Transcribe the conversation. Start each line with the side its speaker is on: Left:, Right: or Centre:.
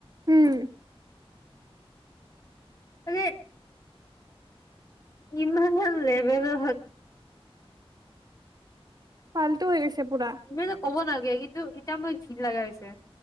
Right: উম
Left: মানে ইমান অ লেবেল হত
Right: ফালতু হৈ গৈছে পুৰা।
Left: তুমি যে ক'ব নাগ বেগীতো এতিয়া মই ঘিন লগা হৈছে